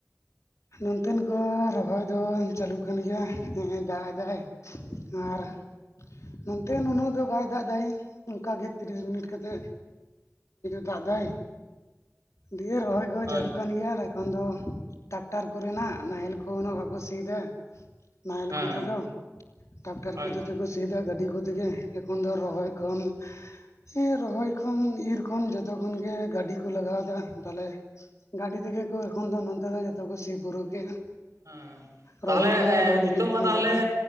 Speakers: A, on the left; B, on the right.
A: ᱱᱚᱛᱮᱱ ᱠᱚ ᱨᱚᱦᱚᱭ ᱫᱚ ᱪᱟᱹᱞᱩᱜ ᱠᱟᱱ ᱜᱮᱭᱟ ᱦᱮᱸ ᱫᱟᱜ ᱫᱟᱭ ᱱᱟᱨ ᱱᱚᱱᱛᱮ ᱱᱩᱱᱟᱹᱜ ᱫᱚ ᱵᱟᱭ ᱫᱟᱜ ᱫᱟᱭ ᱚᱱᱠᱟ ᱜᱮ ᱛᱤᱨᱤᱥ ᱢᱤᱱᱤᱴ ᱠᱟᱛᱮ ᱫᱟᱜ ᱫᱟᱭ ᱫᱤᱭᱮ ᱨᱚᱦᱚᱭ ᱠᱚ
B: ᱦᱮᱸ
A: ᱪᱟᱹᱞᱩ ᱠᱟᱱ ᱜᱮᱭᱟ ᱮᱠᱷᱚᱱ ᱫᱚ ᱴᱟᱠᱴᱟᱨ ᱠᱚ ᱨᱮᱱᱟᱜ ᱱᱟᱦᱮᱞ ᱠᱚ ᱩᱱᱟᱹᱜ ᱵᱟᱠᱚ ᱥᱤᱭ ᱮᱫᱟ᱾ ᱱᱟᱭᱮᱞ
B: ᱦᱮᱸ
A: ᱠᱩᱛᱮ ᱫᱚ, ᱴᱟᱠᱴᱟᱨ ᱠᱩᱛᱮ
B: ᱟᱪᱪᱷᱟ
A: ᱛᱮᱠᱚ ᱥᱤᱫᱟ ᱜᱟᱹᱰᱤ ᱠᱟᱛᱮ ᱜᱮ ᱮᱠᱷᱚᱱ ᱫᱚ ᱨᱚᱦᱚᱭ ᱠᱷᱚᱱ ᱦᱮᱸ ᱨᱚᱦᱚᱭ ᱠᱷᱚᱱ ᱤᱨ ᱠᱷᱚᱱ ᱡᱚᱛᱚ ᱠᱷᱚᱱ ᱜᱮ ᱜᱟᱹᱰᱤ ᱠᱚ ᱞᱟᱜᱟᱣ ᱮᱫᱟ, ᱛᱟᱦᱞᱮ ᱜᱟᱹᱰᱤ ᱛᱮᱜᱮ ᱠᱚ ᱮᱠᱷᱚᱱ ᱫᱚ ᱱᱚᱱᱛᱮ ᱫᱚ ᱡᱚᱛᱚ ᱠᱚ ᱥᱤ ᱯᱩᱨᱟᱹ ᱠᱮᱜᱼᱟ᱾
B: ᱦᱮᱸ ᱛᱟᱦᱚᱞᱮ
A: ᱨᱚᱦᱚᱭ ᱠᱚ ᱦᱩᱭ
B: ᱱᱤᱛᱚᱜ
A: ᱦᱮᱡ
B: ᱢᱟ
A: ᱠᱟᱱᱟ
B: ᱛᱟᱦᱚᱞᱮ
A: ᱡᱚᱛᱚ